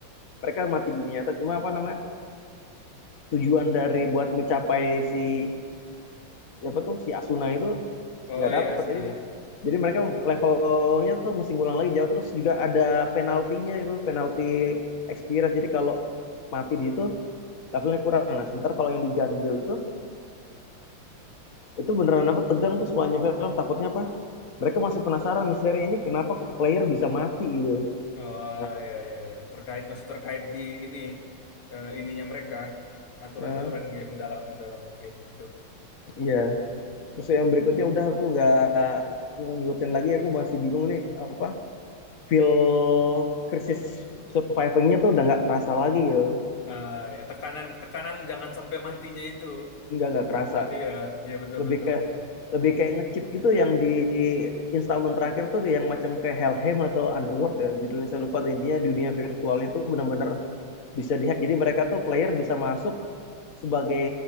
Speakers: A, on the left; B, on the left.
A: mereka mati di dunia nyata cuma apa namanya tujuan dari buat ngecapai si siapa tuh si Asuna itu
B: Oh
A: nggak
B: iya,
A: dapat
B: Suna
A: jadi
B: ya.
A: jadi mereka levelnya tuh mesti ngulang lagi jauh terus juga ada penaltinya itu penalti experience jadi kalau mati di itu levelnya kurang nah sementara kalau yang diganjel itu itu beneran apa tegang tuh semuanya film takutnya apa mereka masih penasaran misteri ini kenapa kok player bisa mati gitu
B: Oh
A: nah,
B: ya ya ya terkait masih terkait di ini eh, ininya mereka aturan-aturan
A: eh,
B: game dalam dalam gamenya itu
A: ya terus yang berikutnya udah tuh nggak ngikutin lagi aku masih bingung nih apa feel krisis survivingnya tuh udah nggak kerasa lagi gitu
B: ah ya tekanan tekanan jangan sampai matinya itu
A: nggak nggak kerasa
B: iya iya betul
A: lebih
B: betul
A: ke
B: betul
A: lebih kayak ngechip gitu yang di installment terakhir tuh yang macam kayak Hellheim atau Underworld ya judulnya saya lupa tuh. intinya dunia virtualnya tuh benar-benar bisa dihack jadi mereka tuh player bisa masuk sebagai